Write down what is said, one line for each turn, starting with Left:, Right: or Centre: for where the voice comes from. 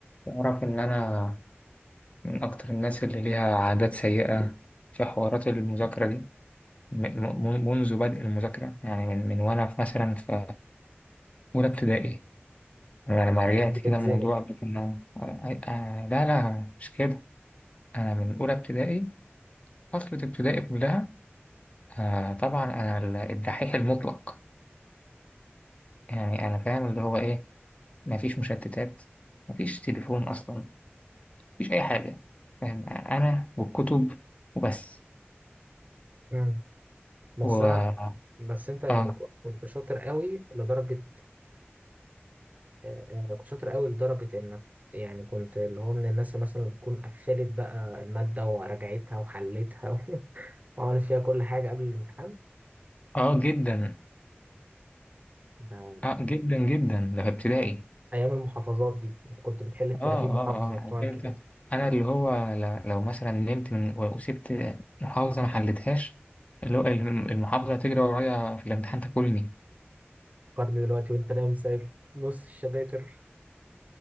Left: تعرف إن أنا من أكتر الناس اللي ليها عادات سيئة في حوارات المذاكرة دي م- م- منذ بدء المذاكرة يعني من, من وأنا في مثلا في أولى ابتدائي أنا لما رجعت
Right: بتتزنق
Left: كده الموضوع ده كان آه، آه، لا لا مش كده أنا من أولى ابتدائي فترة ابتدائي كلها آه، طبعا أنا ال- الدحيح المطلق يعني أنا فاهم اللي هو إيه مفيش مشتتات مفيش تليفون أصلا مفيش أي حاجة فاهم أنا والكتب وبس
Right: مم. بس
Left: و...
Right: انا بس انت يعني
Left: آه
Right: ك- كنت شاطر قوي لدرجه آه، آه، كنت شاطر قوي لدرجه انك يعني كنت اللي هو من الناس اللي مثلا بتكون قفلت بقى الماده وراجعتها وحلتها <laughs> و- وعملت فيها كل حاجه قبل الامتحان
Left: اه جدا
Right: ده
Left: اه جدا جدا ده في ابتدائي
Right: ايام المحافظات دي كنت بتحل ال 30
Left: اه اه
Right: محافظه
Left: اه عارف
Right: بتوع الكتاب
Left: انت انا اللي هو ل- لو مثلا نمت من و- وسبت محافظه ما حلتهاش اللي هو الم- المحافظه تجري ورايا في الامتحان تاكلني
Right: قارن دلوقتي وانت نايم سايب نص الشباتر